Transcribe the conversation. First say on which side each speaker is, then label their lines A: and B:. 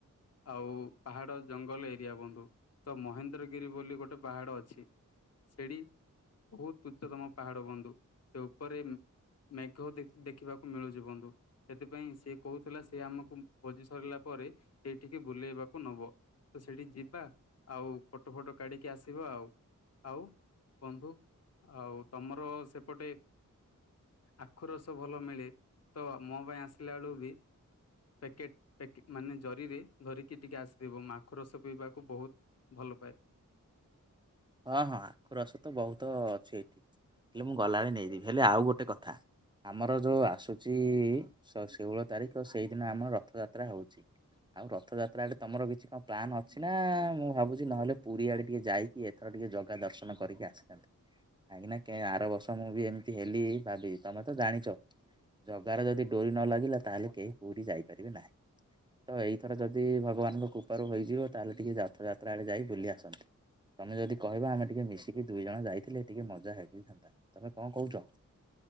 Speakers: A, on the left; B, on the right.
A: ଆଉ ପାହାଡ ଜଙ୍ଗଲ ଏରିଆ ବନ୍ଧୁ। ତ ମହେନ୍ଦ୍ରଗିରି ବୋଲି ଗୋଟେ ପାହାଡ ଅଛି। ସେଠି ବହୁତ ଉଚ୍ଚତମ ପାହାଡ ବନ୍ଧୁ ସେ ଉପରେ। ମେଘ ଦେଖିବାକୁ ମିଳୁଛି ବନ୍ଧୁ। ସେଥିପାଇଁ ସିଏ କହୁଥିଲା ସେ ଆମକୁ ଭୋଜି ସରିଲା ପରେ ସେଇଠିକି ବୁଲେଇବାକୁ ନବ। ତ ସେଠି ଯିବା ଆଉ ଫଟୋ ଫଟ କାଢିକି ଆସିବା ଆଉ। ଆଉ ବନ୍ଧୁ, ଆଉ ତମର ସେପଟେ ଆଖୁ ରସ ଭଲ ମିଳେ, ତ ମୋ ପାଇଁ ଆସିଲା ବେଳୁ ବି ପକେଟ ପ୍ୟାକେ ମାନେ ଜରିରେ ଧରିକି ଟିକେ ଆସିଥିବ, ମୁଁ ଆଖୁ ରସ ପିଇବାକୁ ବହୁତ ଭଲ ପାଏ।
B: ହଁ ହଁ ଆଖୁ ରସ ତ ବହୁତ ଅଛି ଏଇଠି, ହେଲେ ମୁଁ ଗଲାବେଳେ ନେଇଯିବି, ହେଲେ ଆଉ ଗୋଟେ କଥା। ଆମର ଯେଉଁ ଆସୁଛି ଶୋ-ଷୋହଳ ତାରିଖ ସେଇଦିନ ଆମର ରଥଯାତ୍ରା ହେଉଛି। ଆଉ ରଥଯାତ୍ରା ଆଡେ ତମର କିଛି କଣ ପ୍ଲାନ୍ ଅଛି ନା ମୁଁ ଭାବୁଛି ନହେଲେ ପୁରୀ ଆଡେ ଟିକେ ଯାଇ କି ଏଥର ଟିକେ ଜଗା ଦର୍ଶନ କରିକି ଆସିଥାନ୍ତେ। କାହିଁକି ନା ଆର ବର୍ଷ ମୁଁ ବି ଏମିତି ହେଲି ଭାବି ତମେ ତ ଜାଣିଛ। ଜଗାର ଯଦି ଡୋରି ନ ଲାଗିଲା ତାହେଲେ କେହି ପୁରୀ ଯାଇପାରିବେ ନାହିଁ। ତ ଏଇ ଥର ଯଦି ଭଗବାନଙ୍କ କୃପା ରୁ ହୋଇ ଯିବ ତାହେଲେ ଟିକେ ରଥଯାତ୍ରା ଆଡେ ଯାଇ ବୁଲିଆସନ୍ତି। ତମେ ଯଦି କହିବ ଆମେ ଟିକେ ମିଶିକି ଦୁଇ ଜଣ ଯାଇଥିଲେ ଟିକେ ମଜା ହୋଇଥାନ୍ତା, ତମେ କଣ କହୁଛ?